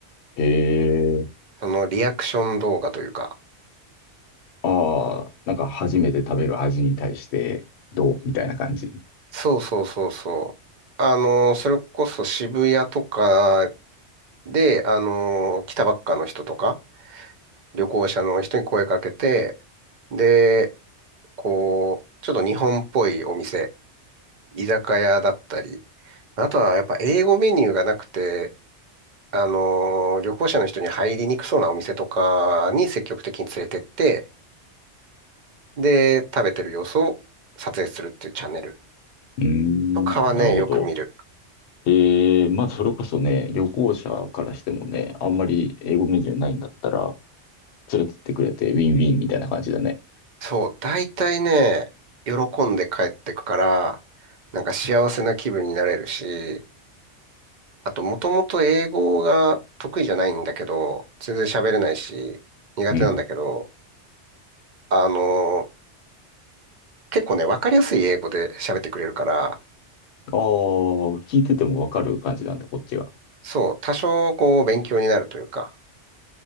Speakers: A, on the left; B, on the right.
A: へえ。
B: そのリアクション動画というか。
A: ああ、なんか初めて食べる味に対してどうみたいな感じ。
B: そうそうそうそう。あの、それこそ渋谷とかで、あのー来たばっかの人とか、旅行者の人に声かけて、で、こう、ちょっと日本っぽいお店、居酒屋だったり、あとはやっぱ英語メニューがなくて、あのー旅行者の人に入りにくそうなお店とかに積極的に連れてって、で、食べてる様子を撮影するっていうチャンネル
A: うーん、
B: とかはね、
A: なるほど。
B: よく見る。
A: ええ、まあ、それこそね、旅行者からしてもね、あんまり英語メニューないんだったら、連れてってくれてウィンウィンみたいな感じだね。
B: そう、大体ね、喜んで帰ってくから、なんか幸せな気分になれるし、あと、もともと英語が得意じゃないんだけど、全然喋れないし、苦手なんだけど、
A: うん。
B: あの、結構ね、わかりやすい英語で喋ってくれるから、
A: ああ、聞いててもわかる感じなんだ、こっちは。
B: そう、多少こう勉強になるというか、